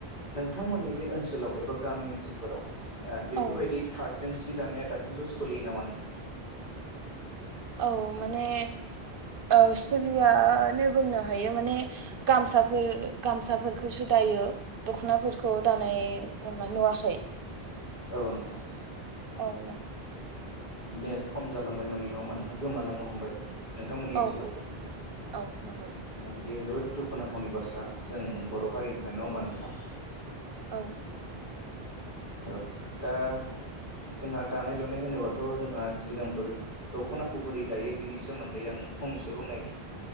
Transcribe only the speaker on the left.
नोंथांमोननि जे ओनसोलाव एबा गामि ओनसोलफोराव ओ बेफोरबायदि
थार्दजों जि दानाया दासिमबो सलियो नामा नोंथां
औ नोंथां
बे खम जालांबाय माने नङा होनबा नोंथां गोमालांनो हमबाय नोंथांमोननि
ओनसोलाव
बेयो जोबोद दुखुनांथावनि बाथ्रा जों बर' हारिनिफ्राय नङा होनबा नोंथां
औ दा जोंहा दानाय लुनाय होनोबाथ' जोंहा सिगांफोर दख'नाखौ बोरै दायो बिनि सोमोन्दै आं फंनैसो बुंनायनि